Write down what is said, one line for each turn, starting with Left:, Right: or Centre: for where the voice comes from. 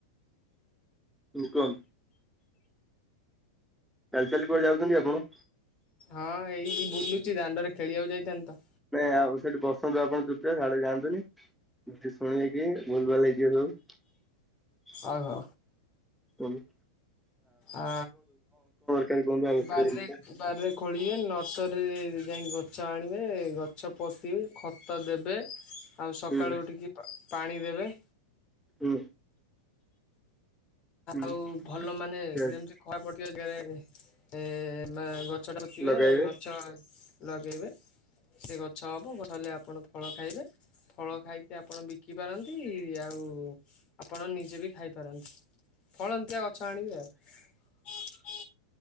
Centre: ଉଁ କନ୍ ଚାଲି ଚାଲି କୁଆଡ଼େ ଯାଉଛନ୍ତି ଆପଣ?
Left: ହଁ ଏଇ ବୁଲୁଚି ଦାଣ୍ଡରେ ଖେଳିବାକୁ ଯାଇଥାନ୍ତି ତ।
Centre: ନାଇଁ ଆଉ ସେଠି ବସନ୍ତୁ ଆପଣ ଚୁପଚାପ୍ ହ୍ୟାଡେ ଯାଆନ୍ତୁନି। ହେଠି ଶୁଣିବେ କିଏ ଭୁଲ୍ ଭାଲ୍ ହେଇଯିବ ସବୁ।
Left: ଆଉ ହୋ।
Centre: ଟୁଣି
Left: ଆ
Centre: କଣ କଣ ଦରକାର କୁହନ୍ତୁ ଆବଶ୍ୟକ
Left: ବାରିରେ
Centre: ଜିନିଷ
Left: ବାରିରେ ଖୋଳିବେ ନର୍ସରୀରେ ଯାଇକି ଗଛ ଆଣିବେ ଗଛ ଗଛ ପୋତିକି ଖତ ଖତ ଦେବେ ଆଉ ସକାଳୁ
Centre: ହୁଁ
Left: ଉଠିକି ପା ପାଣି ଦେବେ
Centre: ହୁଁ। ହୁଁ
Left: ଆଉ ଭଲ ମାନେ
Centre: ଠିକ ଅଛି
Left: ଯେମିତି ଖରା ପଡିଥିବା ଆଜି କାଳେ ଏ ନା ଗ ଗଛ ଟା ପୋତିିବେ
Centre: ଲଗାଇବେ
Left: ଗଛ ଲଗେଇବେ ସେ ଗଛ ହବ ଗଛ ହେଲେ ଆପଣ ଫଳ ଖାଇବେ ଫଳ ଖାଇକି ଆପଣ ବିକି ପାରନ୍ତି ଆଉ ଆପଣ ନିଜେ ବି ଖାଇପାରନ୍ତି। ଫଳନ୍ତିଆ ଗଛ ଗଛ ଆଣିବେ ଆଉ।